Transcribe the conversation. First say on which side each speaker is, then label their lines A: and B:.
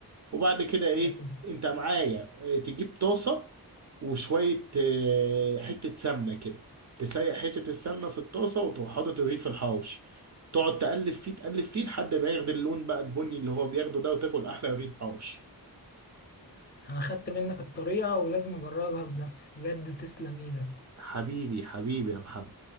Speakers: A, on the right; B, on the left.
A: وبعد كده ايه
B: حلو
A: انت معايا آه، تجيب طاسه وشويه آه، حته سمنه كده تسيح حته السمنه في الطاسه وتروح حاطط الرغيف الحواوشي تقعد تقلب فيه تقلب فيه لحد ما ياخد اللون بقى البني اللي هو بياخده ده وتاكل احلى رغيف حواوشي
B: انا خدت منك الطريقة ولازم اجربها بنفسي بجد تسلم ايدك
A: حبيبي حبيبي يا محمد